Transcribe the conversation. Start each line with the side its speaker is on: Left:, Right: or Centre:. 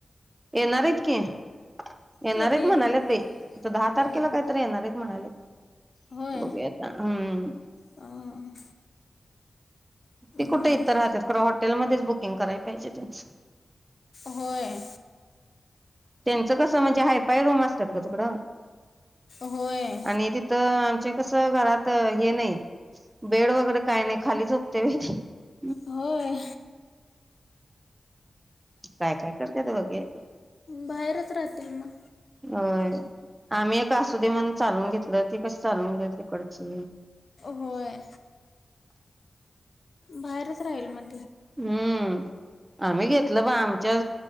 Right: येणार हाईत की येणार
Left: कधी
Right: हायत म्हणालेत बाई आता दहा
Left: हम्म.
Right: तारखेला कायतरी येणार आहेत म्हणालेत.
Left: होय
Right: बघूया आता अहम्म
Left: अं,
Right: ती कुठे
Left: मग
Right: इथं राहत्यात परवा हॉटेलमध्येच बुक बुकिंग करायला पाहिजे त्यांच
Left: होय
Right: त्यांचं कसं म्हणजे हायफाय रूम अस <unintelligible>
Left: होय
Right: आणि तिथं अ तस घरात हे नाही. बेड वगैरे काय नाही खाली झोप <unintelligible>
Left: होय
Right: काय काय करते ते बघूया की
Left: बाहेरच राहतील मग
Right: होय आम्ही एक असु दे म्हणून चालवून घेतो. गावती कस चालवून घ्यायची? तिकडची
Left: होय बाहेरच राहील म्हण.
Right: हम्म आम्ही घेतलं बा आमच्या